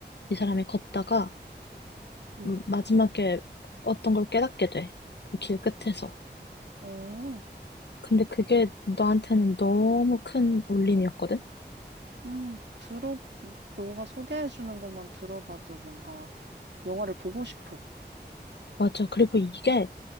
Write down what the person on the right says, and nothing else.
음,
어.
음, 들어, 너가 소개해주는 것만 들어봐도 뭔가 영화를 보고 싶어.